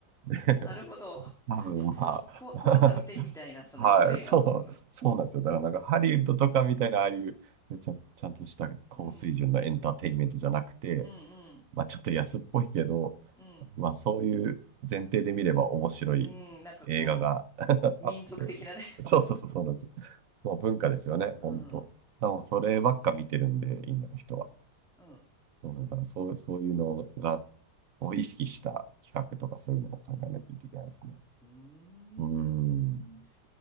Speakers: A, on the right (about 60°); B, in the centre.
A: で
B: なるほど。
A: <laughs> 多分まあ、
B: ちょっとその、こ、こわごわ見てみたいな、そのインド映画も。
A: <laughs> はい、そう、
B: うん。
A: そうなんですよ。だからなんかハリウッドとかみたいな、ああいうちゃん、ちゃんとした高水準のエンターテインメントじゃなくて、
B: うん。うん。
A: まあちょっと安っぽいけど、
B: うん。
A: まあそういう前提で見れば面白い映画が
B: うん。うんなんかこ
A: <laughs>
B: う、民族的なね。
A: あって、そうそうそう、そうなんですよ。もう文化ですよね、
B: うん。
A: 本当。でもそればっか見てるんで、インドの人は。
B: うん。
A: そうそう、だからそう、そういうのが、を意識した企画とかそういうのを考えなきゃいけないですね。
B: うーん。
A: うーん。